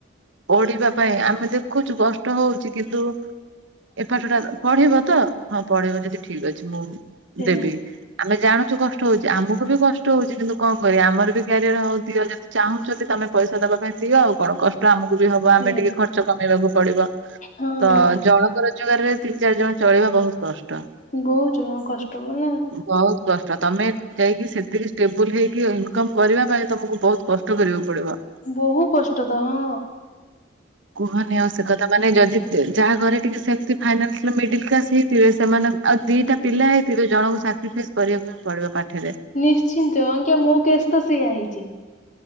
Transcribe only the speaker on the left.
ସେୟା
ସେୟା
ହଁ
ବୋହୁତ ଜଣ କଷ୍ଟ ମାନେ
ବୋହୁ କଷ୍ଟ ତ ହଁ।
ନିଶ୍ଚିନ୍ତ ଆଜ୍ଞା ମୋ କେଶ ତ ସେୟା ହେଇଚି।